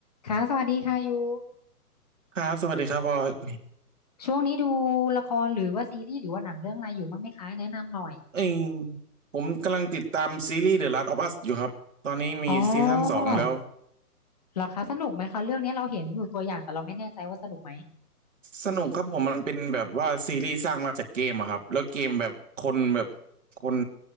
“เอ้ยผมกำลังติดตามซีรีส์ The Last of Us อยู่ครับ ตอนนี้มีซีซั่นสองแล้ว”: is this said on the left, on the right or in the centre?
Right